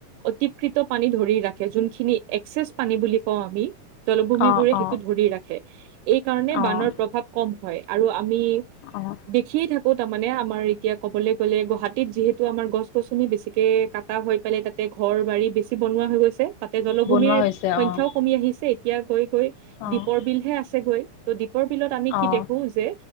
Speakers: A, on the right; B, on the left.
A: অতিকৃত পানী ধৰি ৰাখে, যোনখিনি এক্সেছ পানী বুলি কওঁ আমি। জলভূমিবোৰে
B: অ', অ',
A: সেইটো ধৰি ৰাখে, এই কাৰণে
B: অ',
A: বানৰ প্ৰভাৱ কম হয়, আৰু আমি
B: অঁ।
A: দেখিয়ে থাকো তাৰ মানে আমাৰ এতিয়া ক'বলে কলে গুৱাহাটীত যিহেতু আমাৰ গছ গছনি বেছিকে কাটা হৈ পেলাই তাতে ঘৰ বাৰী বেছি বনোৱা হৈ গৈছে। তাতে জলভূমিৰ
B: বনোৱা হৈছে অ',
A: সংখ্যাও কমি আহিছে, এতিয়া গৈ গৈ
B: অ',
A: দ্বীপৰ বিলহে আছে গৈ। ত' দ্বীপৰ বিলত আমি
B: অ',
A: কি দেখো যে,